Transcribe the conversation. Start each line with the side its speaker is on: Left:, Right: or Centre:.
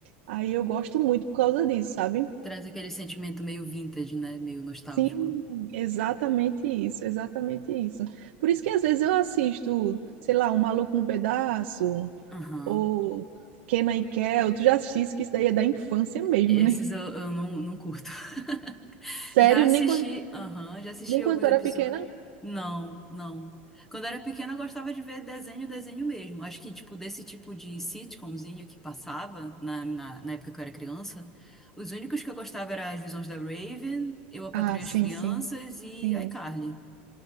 Right: Aí eu gosto muito por causa disso, sabe?
Centre: traz aquele sentimento meio vintage, né? Meio nostálgico.
Right: Sim, exatamente isso, exatamente isso. Por isso que às vezes eu assisto, sei lá, O Maluco no Pedaço
Centre: Aham.
Right: ou Kenan e Kel. Tu já assististe que isso daí é da infância mesmo,
Centre: Esses
Right: né?
Centre: eu, eu não, não curto. <laughs>
Right: Sério,
Centre: Já assisti,
Right: nem quando,
Centre: aham, já assisti
Right: nem
Centre: alguns
Right: quando tu era
Centre: episódios.
Right: pequena,
Centre: Não, não. Quando eu era pequena, eu gostava de ver desenho, desenho mesmo. Acho que, tipo, desse tipo de sitcomzinho que passava na, na, na época que eu era criança, os únicos que eu gostava eram As Visões da Raven, Eu, a Patroa
Right: Ah,
Centre: e
Right: sim,
Centre: as Crianças
Right: sim.
Centre: e
Right: Sim.
Centre: iCarly.